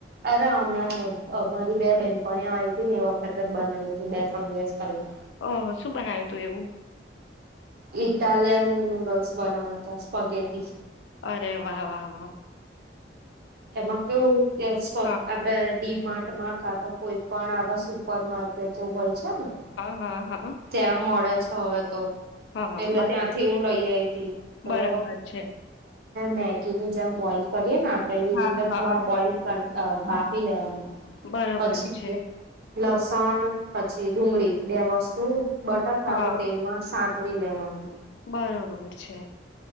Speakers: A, on the right; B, on the left.
A: અરે હમણાં અમારી બે બેન. પણ એ આવી હતી ને એ વખત જ બનાવીયું તું બે ત્રણ દિવસ પહેલા.
B: ઓહ શું બનાવ્યું તું એવું.
A: ઇટાલયન નૂડલસ બનાતા. પગેતી.
B: અરે વાહ વાહ વાહ.
A: એમાં કેવુ.
B: હા
A: આપણા ડીમા મા કા તો કોઈ પણ આવા સુપર માર્કેટ જેવું હોય.
B: હા હા હા
A: ત્યાં મળે. છ આવે તો.
B: હા
A: એટલે
B: બરાબર
A: ત્યાંથી હું લઈ આવીઈ તી તો.
B: બરાબર છે
A: મેગી ની જેમ બોઈલ કરીએ
B: હા હા
A: થોડા બોઈલ ત બાફી લેવાનું.
B: બરોબર
A: પછી
B: છે.
A: લસણ, પછી ડુંગળી, બે વસ્તુ બટર કાં
B: હા
A: તો તેલમાં સાંત તળી લેવાનું.
B: બરોબર છે.